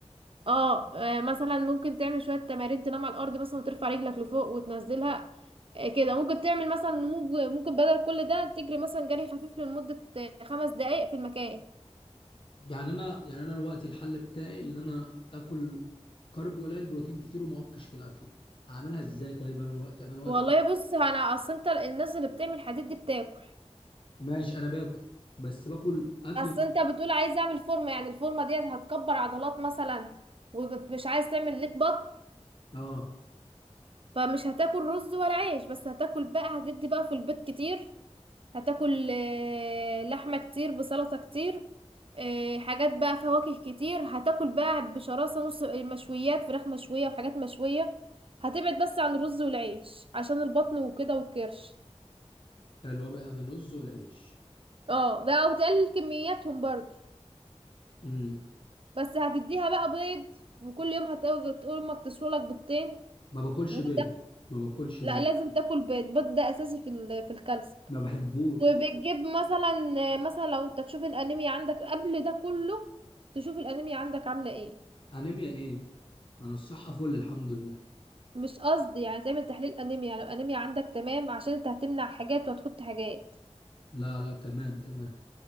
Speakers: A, on the right (about 55°); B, on the left (about 50°).
A: اه آه، مثلا ممكن تعمل شوية تمارين تنام على الأرض مثلا وترفع رجلك لفوق وتنزلها آه، كده ممكن تعمل مثلا ممكن ممكن بدل كل ده تجري مثلا جري خفيف لمدة آه، خمس دقايق في المكان
B: يعني انا يعني انا الوقت الحل بتاعي اللي انا اكل كارب قليل بروتين كتير وما اعكش في الاكل اعملها ازاي طيب انا الوقت يعني انا الوقت
A: والله بص انا اصل انت الناس اللي بتعمل حديد دي بتاكل
B: ماشي انا باكل بس باكل اكل
A: بس انت بتقول عايز اعمل فورمه يعني الفورمه دي هتكبر عضلات مثلا ومش عايز تعمل ليك بطن
B: اه
A: فمش هتاكل رز ولا عيش بس هتاكل بقى هتدي بقى في البيت كتير هتاكل آه، لحمه كتير بسلطه كتير آه، حاجات بقى فواكه كتير هتاكل بقى بشراسه نص مشويات فراخ مشويه وحاجات مشويه هتبعد بس عن الرز والعيش عشان البطن وكده والكرش
B: حلو ابعد عن الرز والعيش
A: اه ده او تقلل كمياتهم برضو
B: امم
A: بس هتديها بقى بيض وكل يوم هتقول تقول امك تسوي لك بيضتين
B: ما باكلش
A: وده
B: بيض ما باكلش بيض
A: لا لازم تاكل بيض البيض ده اساسي في ال... في الكالسيوم
B: ما بحبوش
A: وبتجيب مثلا مثلا لو انت تشوف الانيميا عندك قبل ده كله تشوف الانيميا عندك عامله ايه
B: انيميا ايه انا الصحه فل الحمد لله
A: مش قصدي يعني تعمل تحليل انيميا لو انيميا عندك تمام عشان انت هتمنع حاجات وهتحط حاجات
B: لا لا تمام تمام